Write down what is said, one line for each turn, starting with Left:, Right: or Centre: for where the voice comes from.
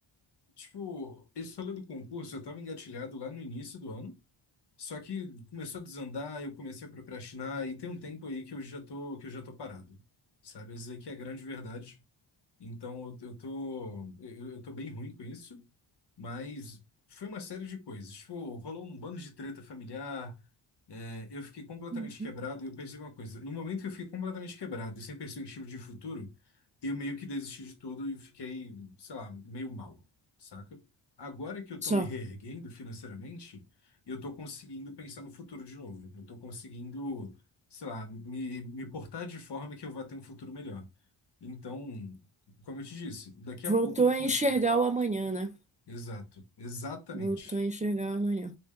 Left: Tipo, esse rolê do concurso eu estava engatilhado lá no início do ano, só que começou a desandar, eu comecei a procrastinar e tem um tempo aí que eu já tô, que eu já tô parado, sabe? Isso aí que é a grande verdade. Então eu, eu tô eu, eu tô bem ruim com isso, mas foi uma série de coisas. Tipo, rolou um bando de treta familiar, é, eu fiquei completamente
Right: Uhum.
Left: quebrado e eu percebi uma coisa. No momento que eu fiquei completamente quebrado e sem perspectiva de futuro, eu meio que desisti de tudo e fiquei, sei lá, meio mal, saca? Agora que eu tô
Right: Só.
Left: me reerguendo financeiramente, eu tô conseguindo pensar no futuro de novo. Eu tô conseguindo, sei lá, me, me portar de forma que eu vá ter um futuro melhor. Então, como eu te disse, daqui
Right: Voltou
Left: a pouco eu vou
Right: a
Left: conseguir.
Right: enxergar o amanhã, né?
Left: Exato, exatamente.
Right: Voltou a enxergar o amanhã.